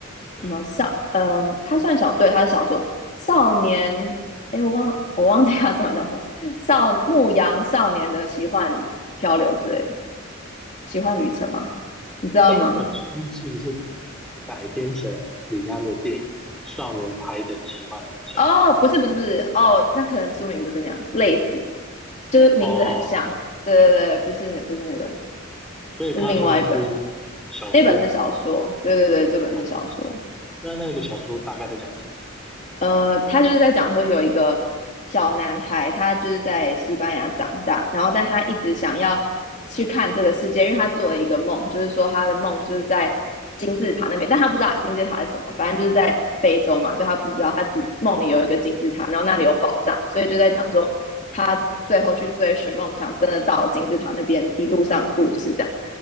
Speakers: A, in the centre; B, on the left (about 35°).
A: 对，
B: 什么少？嗯、它算小，对，它是小说。少年，诶，我忘我忘记它中文叫什么，少牧羊少年的奇幻漂流之类的，奇幻旅程吗？你知道吗？
A: 这一本书是不是改编成李安的电影《少年派的奇幻旅程》？
B: 哦，不是不是不是，哦，那可能书名不是那样，类似，就是名字很像。
A: 哦，
B: 对对对，不是不是那个，
A: 所以它算是小说。
B: 是另外一本。那本是小说，对对对，这本是小说。
A: 哦，那那个小说大概在讲什么？
B: 呃，他就是在讲说有一个小男孩，他就是在西班牙长大，然后但他一直想要去看这个世界，因为他做了一个梦，就是说他的梦就是在金字塔那边，但他不知道金字塔是什么，反正就是在非洲嘛，所以他不知道，他只梦里有一个金字塔，然后那里有宝藏，所以就在讲说他最后去追寻梦想，真的到金字塔那边一路上的故事，这样